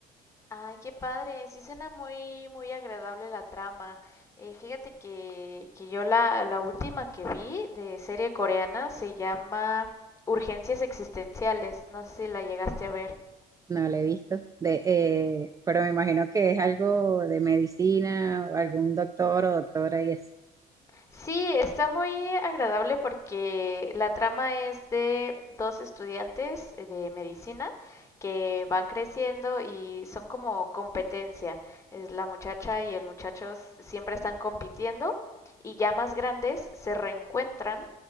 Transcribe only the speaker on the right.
No la he visto, de, eh, pero me imagino que es algo de medicina, o algún doctor o doctora y es.